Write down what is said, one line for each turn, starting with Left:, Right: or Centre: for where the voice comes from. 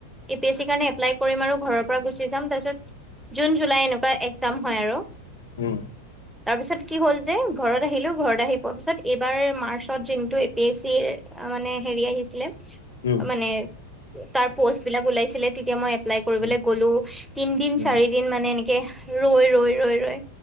Centre: এি এ আৰু
Left: উম।
Centre: তাৰ পিছত কি হ'ল যে ঘৰত আহিলো, ঘৰত আহি পোৱা পিছত। এইবাৰ মাৰ্চত যোনটো এ পি এছ চিৰ এ মানে হেৰি আহিছিলে।
Left: উম
Centre: মানে তাৰ পস ট বিলাক উলাইছিলে, তেতিয়া ময় উলাই কৰিবলে
Left: উম
Centre: গৰু। তিনদিন-চাৰিদিন
Left: উম
Centre: মানে এনেক কে, ৰৈ-ৰৈ-ৰৈ-ৰৈ